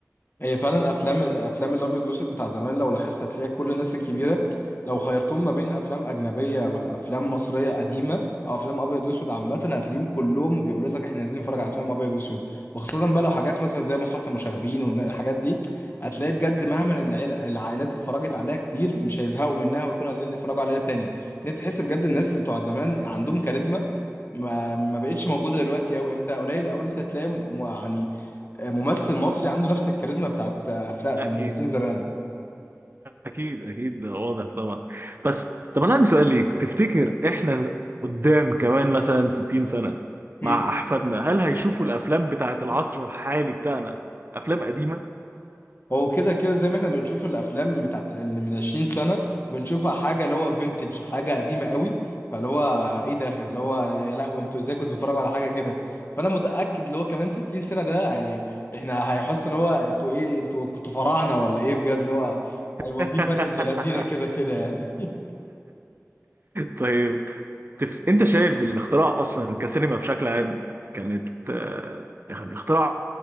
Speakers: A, on the left; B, on the right.
A: هي فعلا افلام افلام الابيض والاسود بتاع زمان لو لاحظت هتلاقي كل الناس الكبيره لو خيرتهم ما بين افلام اجنبيه ولا افلام مصريه قديمه او افلام ابيض واسود عامه هتلاقيهم كلهم بيقولوا لك احنا عايزين نتفرج على افلام ابيض واسود وخاصه بقى لو حاجات مثلا زي مسرحيه المشاغبين والحاجات دي هتلاقي بجد
B: مم.
A: مهما العيل- العائلات اتفرجت عليها كتير مش هيزهقوا منها ويكونوا عايزين يتفرجوا عليها تاني ان انت تحس بجد الناس بتوع زمان عندهم كاريزما ما ما بقتش موجوده دلوقتي قوي انت قليل قوي انت هتلاقي م- يعني ممثل مصري عنده نفس الكاريزما بتاعت افلام
B: <laughs> اكيد
A: ممثلين زمان
B: اكيد اكيد ده واضح طبعا بس طب انا عندي سؤال ليك تفتكر احنا قدام كمان مثلا 60 سنة
A: مم.
B: مع احفادنا هل هيشوفوا الافلام بتاعت العصر الحالي بتاعنا افلام قديمة
A: هو كده كده زي ما احنا بنشوف الافلام بتاعت اللي من 20 سنه بنشوفها حاجه اللي هو فينتج حاجه قديمه قوي فاللي هو ايه ده اللي هو يا لهوي انتوا ازاي كنتوا بتتفرجوا على حاجه كده فانا متاكد اللي هو كمان 60 سنه ده يعني احنا هيحس ان هو انتوا ايه انتوا كنتوا فراعنه ولا ايه بجد اللي هو هيبقى
B: <laughs>
A: في فرق ابن لذينه كده كده يعني <laughs>
B: طيب تف... انت شايف الاختراع اصلا كسينما بشكل عام كانت آه، يعني اختراع